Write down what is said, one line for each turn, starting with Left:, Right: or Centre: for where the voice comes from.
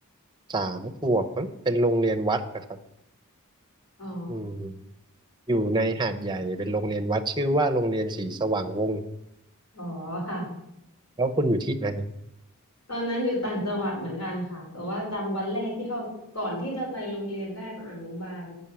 Right: สามขวบมั้งเป็นโรงเรียนวัดนะครับ
Left: อ๋อ
Right: อืมอยู่ในหาดใหญ่เป็นโรงเรียนวัดชื่อว่าโรงเรียนศรีสว่างวงศ์
Left: อ๋อค่ะ
Right: แล้วคุณอยู่ที่ไหน
Left: ตอนนั้นอยู่ต่างจังหวัดเหมือนกันค่ะแต่ว่าจำวันแรกที่เข้าก่อนที่จะไปโรงเรียนได้ตอนอนุบาล